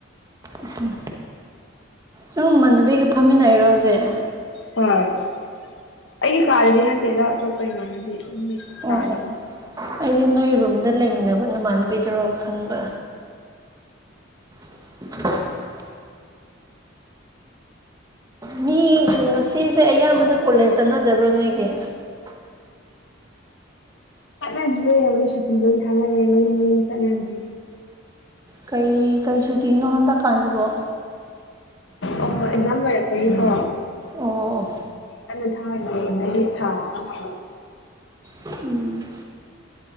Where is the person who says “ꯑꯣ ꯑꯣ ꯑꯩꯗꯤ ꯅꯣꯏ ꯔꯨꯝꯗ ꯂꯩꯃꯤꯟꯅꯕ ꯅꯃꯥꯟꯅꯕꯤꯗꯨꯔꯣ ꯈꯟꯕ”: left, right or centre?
Right